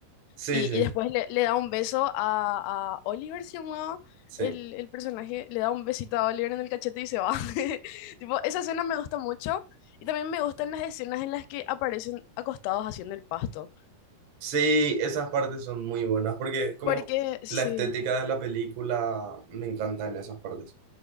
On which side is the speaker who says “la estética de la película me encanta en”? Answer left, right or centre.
Right